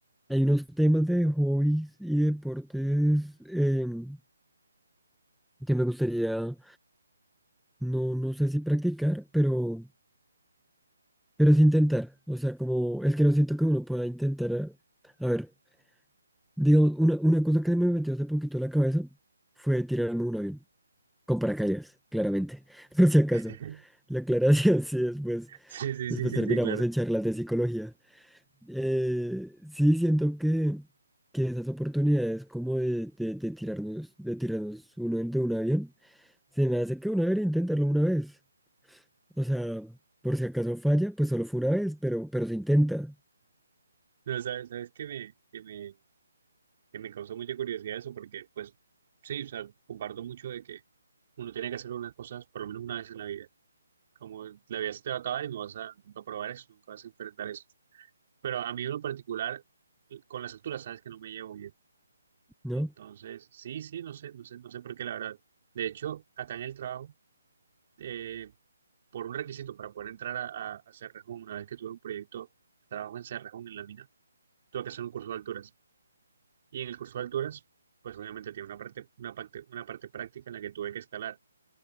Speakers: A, in the centre; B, on the right.
A: hay unos temas de hobbies y deportes em, que me gustaría, no, no sé si practicar, pero, pero es intentar. O sea, como es que no siento que uno pueda intentar. A, a ver, digamos, una, una cosa que me metió hace poquito a la cabeza fue tirarme de un avión, con paracaídas, claramente, <laughs> por si acaso.
B: <laughs>
A: La aclaración, <laughs> sí, después,
B: Sí, sí,
A: después
B: sí, sí,
A: terminamos
B: sí, claro.
A: en charlas de psicología. Eh, sí, siento que, que esas oportunidades como de, de, de tirarnos, de tirarnos uno de un avión, se me hace que uno debería intentarlo una vez. O sea, por si acaso falla, pues solo fue una vez, pero, pero se intenta,
B: No, sabes, sabes que me, que me, que me causó mucha curiosidad eso, porque pues sí, o sea, comparto mucho de que uno tiene que hacer unas cosas por lo menos una vez en la vida. Como la vida se te va a acabar y no vas a nunca probar eso, nunca vas a enfrentar eso. Pero a mí en lo particular, con las alturas, sabes que no me llevo bien.
A: ¿no?
B: Entonces, sí, sí, no sé, no sé, no sé por qué, la verdad. De hecho, acá en el trabajo, eh, por un requisito para poder entrar a, a, a Cerrejón, una vez que tuve un proyecto de trabajo en Cerrejón, en la mina, tuve que hacer un curso de alturas. Y en el curso de alturas, pues obviamente tiene una parte, una parte, una parte práctica en la que tuve que escalar.